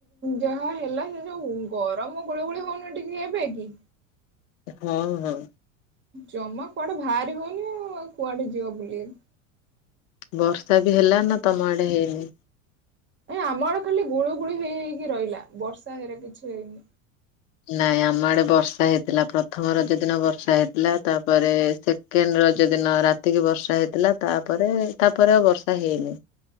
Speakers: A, on the right; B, on the left.
A: ଯାହା ହେଲା ସେ ଯୋଉ ଗରମ ଗୁଳି ଗୁଳି ହଉନି ଟିକେ ଏବେ କି
B: ହଁ ହଁ।
A: ଜମା କୁଆଡେ ଭାହାରି ହଉନି ଆଉ କୁଆଡେ ଯିବ ବୁଲିଆକୁ।
B: ବର୍ଷା ବି ହେଲା ନା ତମ ଆଡେ ହେଇନି?
A: ଏ ଆମ ଆଡେ ଖାଲି ଗୁଳୁ ଗୁଳି ହେଇ ହେଇକି ରହିଲା ବର୍ଷା ହେଇରା କିଛି ହେଇନି।
B: ନାଇଁ ଆମ ଆଡେ ବର୍ଷା ହେଇଥିଲା ପ୍ରଥମ ରଜ ଦିନ ବର୍ଷା ହେଇଥିଲା ତାପରେ ସେକେଣ୍ଡ ରଜ ଦିନ ରାତିକି ବର୍ଷା ହେଇଥିଲା ତାପରେ ତାପରେ ଆଉ ବର୍ଷା ହେଇନି